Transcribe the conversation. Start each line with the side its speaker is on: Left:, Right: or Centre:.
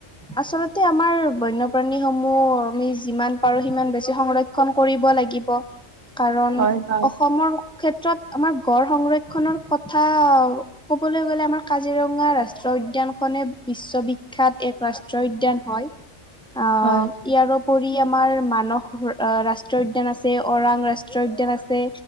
Centre: আচলতে আমাৰ বন্যপ্ৰাণীসমূহ আমি, যিমান পাৰো সিমান বেছি সংৰক্ষ ক্ষণ কৰিব লাগিব। কাৰণ,
Right: হয় হয়
Centre: অসমৰ ক্ষেত্ৰত আমাৰ গড় সংৰক্ষণৰ কথা ক'বলৈ গ'লে আমাৰ কাজিৰঙা ৰাষ্ট্ৰীয় উদ্যানখনে বিশ্ববিখ্যাত এক ৰাষ্ট ষ্ট উদ্যান হয়। আ'
Right: হয়
Centre: ইয়াৰ পৰি আমাৰ মানস ৰাষ্ট্ৰীয় উদ্যান, আছে অৰাং ৰাষ্ট্ৰীয় উদ্যান আছে।